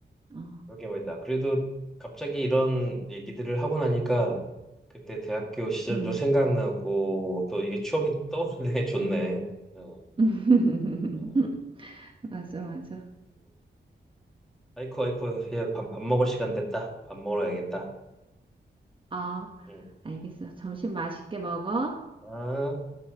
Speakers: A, on the right; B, in the centre.
A: 어,
B: 그러게 말이다. 그래도 갑자기 이런 얘기들을 하고 나니까 그때 대학교 시절도
A: 음.
B: 생각나고 또 이게 추억이 떠오르네. <laughs> 좋네. 어,
A: <laughs>
B: 어,
A: 맞아, 맞아.
B: 음. 아이쿠, 아이쿠. 예, 밥, 밥 먹을 시간 됐다. 밥 먹으러 야겠다.
A: 아,
B: 음.
A: 알겠어. 점심 맛있게 먹어.
B: 아.